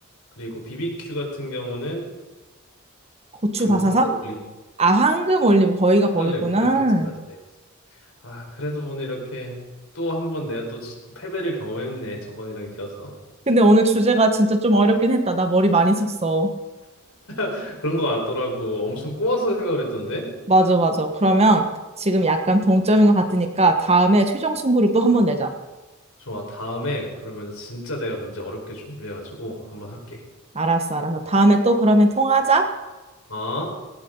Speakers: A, on the left; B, on the right.
A: 그리고 BBQ 같은 경우는
B: 고추
A: 그
B: 바사삭?
A: 황금 올리브,
B: 아, 황금 올림 거기가
A: 황리브
B: 거기구나.
A: 이렇게 두 가지가 있지. 아, 그래도 오늘 이렇게 또 한번 내가 또 진- 패배를 경험했네. 저번이랑 이어서.
B: 근데 오늘 주제가 진짜 좀 어렵긴 했다. 나 머리 많이 썼어.
A: <laughs> 그런 거 같더라고. 엄청 꼬아서 생각을 했던데?
B: 맞아, 맞아. 그러면 지금 약간 동점인 것 같으니까 다음에 최종 승부를 또 한번 내자.
A: 좋아. 다음에 그러면 진짜 내가 문제 어렵게 준비해가지고 한번 할게.
B: 알았어, 알았어. 다음에 또 그러면 통화하자.
A: 어?